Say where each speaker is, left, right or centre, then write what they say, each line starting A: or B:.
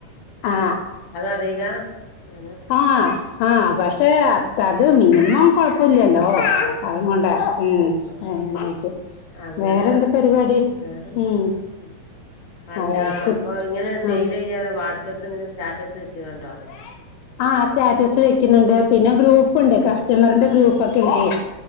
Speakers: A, on the left; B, on the left.
A: ആ
B: അതറീലാ അങ്ങനെ
A: ആഹ് ആഹ് പക്ഷെ അത്ത അത് മിനിമം കുഴപ്പമില്ലല്ലോ ഓ
B: ആഹ്
A: അതുംകൊണ്ട ഉം
B: ആഹ്
A: അങ്ങനായിട്ട്
B: അങ്ങനെ
A: വേറെന്ത് പരിപാടി
B: വേറെന്താ
A: ഉം
B: അങ്ങനെ പോ അല്ല
A: അതെ കുട്ടി
B: അപ്പൊ ഇങ്ങനെ
A: ആ
B: സെയ്ൽ ചെയ്യാറ് വാട്സാപ്പിലിങ്ങനെ സ്റ്റാറ്റസ് വെച്ചിങ്ങാണ്ടോ
A: <inaudible> ആ സ്റ്റാറ്റസ് വെക്കുന്നുണ്ട് പിന്നെ ഗ്രൂപ്പുണ്ട് കസ്റ്റമറിന്റെ ഗ്രൂപ്പൊക്കെയിണ്ടെ